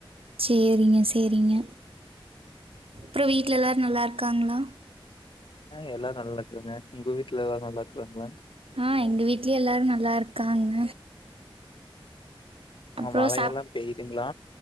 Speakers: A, on the right (about 80°); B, on the left (about 65°).
A: சேரிங்க சேரிங்க அப்றோ வீட்ல எல்லாரு நல்லா இருக்காங்களா
B: ஆஹ் எல்லாரு நல்லா இருக்குறாங்க நீங்க வீட்ல எல்லா நல்லாருக்காங்களா
A: ஆஹ் எங்க வீட்லயு எல்லாரு நல்லா இருக்காங்க
B: அங்க
A: அப்றோ
B: மழையெல்லாம்
A: சாப்
B: பெய்யுதுங்களா?